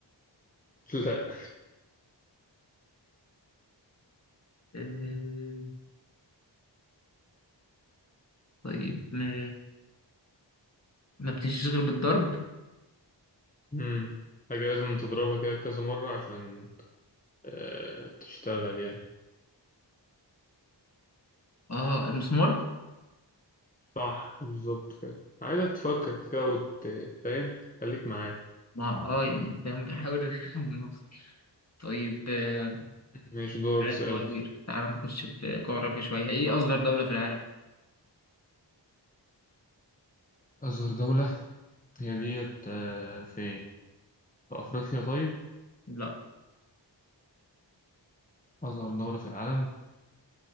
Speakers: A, on the left; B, on the left.
A: <laughs> لا
B: آه، طيب ما, ما بتمشيش غير بالضرب
A: امم حاجة لازم تضربها كده كذا مرة عشان آه، تشتغل يعني
B: اه المسمار
A: صح بالظبط كده عايزك تفكر كده وت... فاهم خليك معايا
B: ما اه يعني فاهم بحاول <laughs> نوصل. طيب آه،
A: ماشي دورك
B: بلاش
A: اسألني
B: فوازير تعال نخش في جغرافيا شوية ايه أصغر دولة في العالم؟
A: أصغر دولة هي ديت آه، فين في أفريقيا طيب
B: لا
A: أصغر دولة في العالم